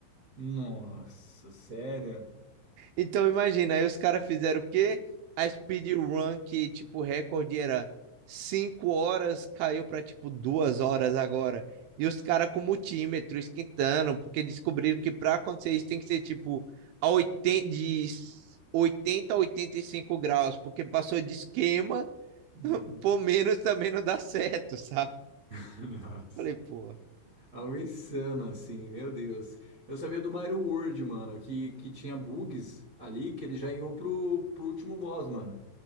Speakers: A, on the right; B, on the right.
A: Nossa, sério?
B: Então, imagina, aí os caras fizeram o quê? A speedrun que, tipo, o recorde era 5 horas, caiu pra, tipo, 2 horas agora. E os caras com multímetro esquentando, porque descobriram que pra acontecer isso tem que ser, tipo, a 80 de 80 a 85 graus, porque passou de esquema,
A: uhum.
B: <laughs> por menos também não dá certo, sabe?
A: <laughs> Nossa.
B: Falei, pô,
A: Algo insano, assim, meu Deus. Eu sabia do Mario World, mano, que, que tinha bugs ali que ele já iam pro, pro último boss, mano.